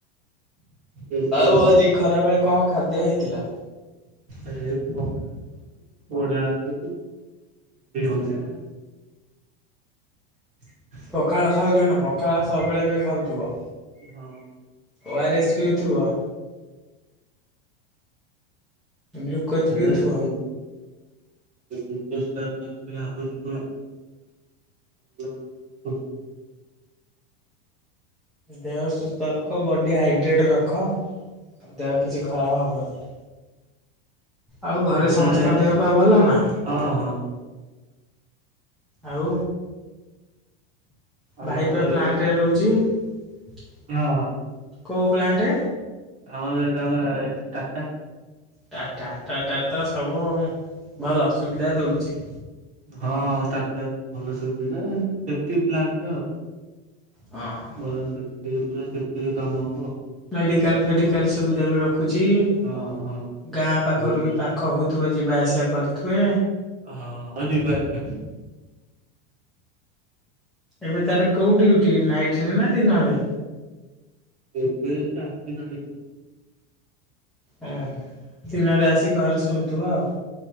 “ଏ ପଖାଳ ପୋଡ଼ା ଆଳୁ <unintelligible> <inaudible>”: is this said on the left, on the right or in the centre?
Right